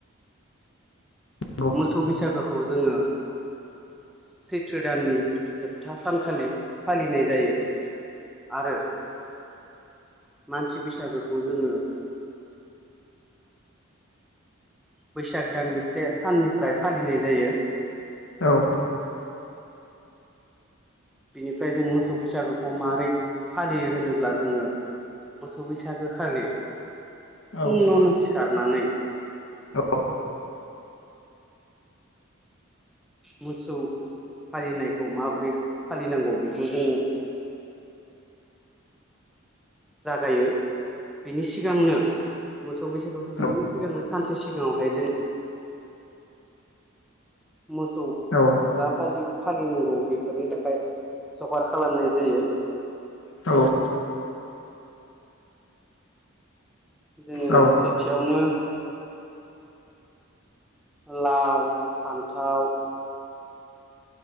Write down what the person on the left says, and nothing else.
नंगौ
औ
औ
औ
औ
औ
औ
औ